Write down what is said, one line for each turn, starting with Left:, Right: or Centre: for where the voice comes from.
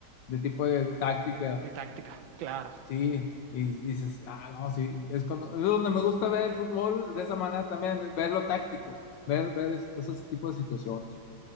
Left: de tipo de táctica.
Right: de táctica, claro.
Left: Sí, y dices, ah, no, sí, es cuando, es donde me gusta ver el fútbol de esa manera también, ver lo táctico, ver, ver es- esos tipos de situaciones.